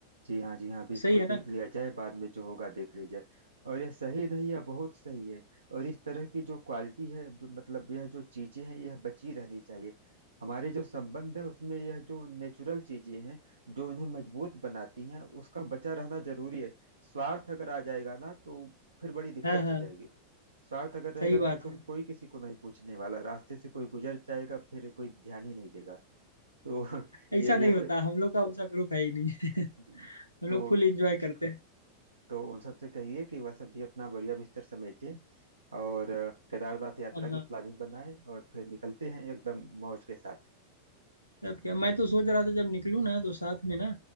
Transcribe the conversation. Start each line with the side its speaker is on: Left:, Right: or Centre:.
Right: जी हाँ जी हाँ अभी इसको
Left: सही है ना
Right: देख लिया जाए बाद में जो होगा देख लिया जाए और यह सही नहीं है बहुत सही है और इस तरह की जो क्वालिटी है जो मतलब यह जो चीजें हैं यह बची रहनी चाहिए हमारे जो संबंध है उसमें यह जो नेचुरल चीजें हैं जो उन्हें मजबूत बनाती हैं उसका बचा रहना जरूरी है स्वार्थ अगर आ जाएगा ना तो फिर बड़ी दिक्कत
Left: हाँ हाँ
Right: हो जाएगी स्वार्थ अगर रहेगा
Left: सही
Right: तो
Left: बात
Right: तुम
Left: है
Right: कोई किसी को नहीं पूछने वाला रास्ते से कोई गुजर जाएगा फिर कोई ध्यान ही नहीं देगा तो <laughs>
Left: ऐसा
Right: ये
Left: नहीं
Right: ये सब
Left: होता हम लोग का वैसा ग्रुप है ही नहीं <laughs>
Right: जी।
Left: हम
Right: तो
Left: लोग फुल एंजॉय करते हैं
Right: तो उन सबसे कहिए कि वह सब भी अपना बढ़िया बिस्तर समेटे और अ, केदारनाथ यात्रा
Left: हाँ
Right: की
Left: हाँ
Right: प्लानिंग बनाएं और फिर निकलते हैं एकदम मौज के साथ
Left: तब क्या मैं तो सोच रहा था जब निकलूँ ना तो साथ में ना